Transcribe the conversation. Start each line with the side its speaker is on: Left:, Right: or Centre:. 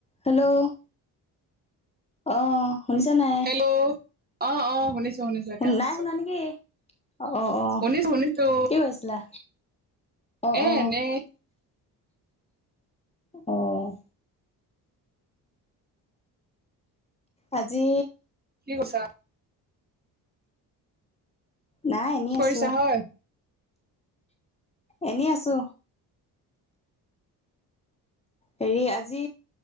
Left: Hello অ শুনিছা নাই
Right: হেল্ল' অ অ শুনিছো শুনিছো এতিয়া
Left: শুন
Right: শুনিছো
Left: নাই শুনা নেকি অ অ
Right: শুনিছো শুনিছো
Left: কি কৈছিলা অ
Right: এ
Left: অ
Right: এনে
Left: অ আজি
Right: কি কৈছা
Left: নাই এনেই
Right: কি কৰিছা
Left: আছোঁ
Right: হয়
Left: এনেই আছো হেৰি আজি